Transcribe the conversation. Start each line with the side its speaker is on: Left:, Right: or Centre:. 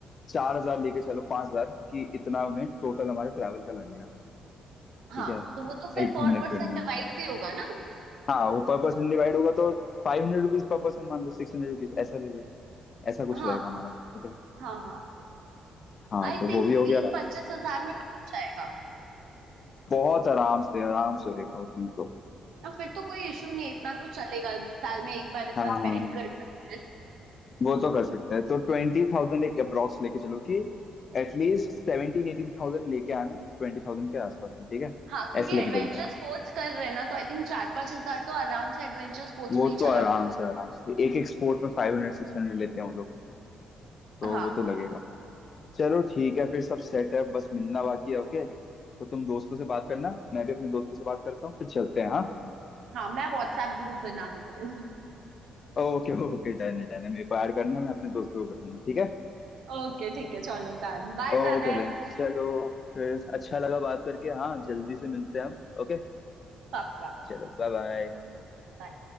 Left: चार हजार लेके चलो पांच हजार की इतना में टोटल हमारे ट्रैवल का लगेगा
Right: हाँ
Left: ठीक है
Right: तो वो तो फिर
Left: एक
Right: पर
Left: घूमने
Right: पर्सन
Left: फिरने
Right: डिवाइड
Left: में
Right: भी होगा ना
Left: हाँ वो पर पर्सन डिवाइड होगा तो फाइव हंड्रेड रुपीज पर पर्सन मान लो सिक्स हंड्रेड रुपीज ऐसा ले लो ऐसा कुछ
Right: हाँ
Left: रहेगा हमारा ठीक है
Right: हाँ हाँ
Left: हाँ
Right: आई
Left: तो वो
Right: थिंक
Left: भी हो गया
Right: बीस पच्चीस हजार में हो जाएगा
Left: बहुत आराम से आराम से रहेगा उसमें तो
Right: तो फिर तो कोई इशू नहीं है, इतना तो चलेगा साल में एक बार इतना
Left: हाँ हाँ
Right: स्पेंड
Left: हाँ
Right: कर सकते हैं
Left: वो तो कर सकते हैं तो ट्वेंटी थाउजेंड एक अप्रोक्स लेके चलो कि एटलीस्ट सेवनटीन एटीन थाउजेंड लेके आना ट्वेंटी थाउजेंड के आसपास में ठीक है
Right: हाँ क्योंकि
Left: ऐसे
Right: एडवेंचर
Left: लेके चलते हैं
Right: स्पोर्ट्स कर रहे हैं ना तो आई थिंक चार पांच हजार तो आराम से एडवेंचर स्पोर्ट्स
Left: वो
Right: में ही चला
Left: तो आराम
Right: जाए
Left: से आराम से एक एक स्पोर्ट में फाइव हंड्रेड सिक्स हंड्रेड लेते हैं वो लोग तो
Right: हाँ
Left: वो तो लगेगा चलो ठीक है फिर सब सेट है बस मिलना बाकी है ओके तो तुम दोस्तों से बात करना मैं भी अपने दोस्तों से बात करता हूँ फिर चलते हैं हाँ
Right: हाँ मैं व्हाट्सएप ग्रुप बना देती हूँ
Left: ओके ओके डन है डन है मेरे को ऐड करना है, मैं अपने दोस्तों को कर दूंगा ठीक है
Right: <laughs> ओके ठीक है चलो डन बाय
Left: ओके
Right: तनय
Left: डन चलो फिर अच्छा लगा बात करके हाँ जल्दी से मिलते हैं हम ओके
Right: पक्का
Left: चलो बाय बाय
Right: Bye.